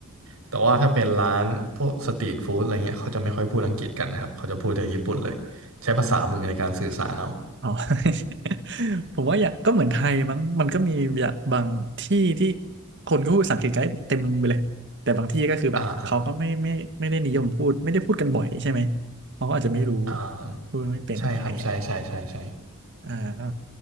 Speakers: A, on the right; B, on the right.
A: แต่ว่าถ้าเป็นร้านพวกสตรีทฟู้ดอะไรเงี้ยเขาจะไม่ค่อยพูดอังกฤษกันนะครับเขาจะพูดแต่ญี่ปุ่นเลยใช้ภาษามือในการสื่อสารเอา
B: อ๋อ <laughs> ผมว่าอย่างก็เหมือนไทยมั้งมันก็มีอย่างบางที่ที่คนก็พูดภาษาอังกฤษกันได้เต็มไปเลยแต่บางที่ก็คือแบบเขาก็ไม่ไม่ไม่ได้นิยมพูดไม่ได้พูดกันบ่อยใช่ไหม
A: อ่าอ่า
B: เขาก็อาจจะไม่รู้
A: อ่าใช่ครับใช่ใช่ใช่ใช่
B: พูดไม่เป็นอะไรอย่างเงี้ยอ่าก็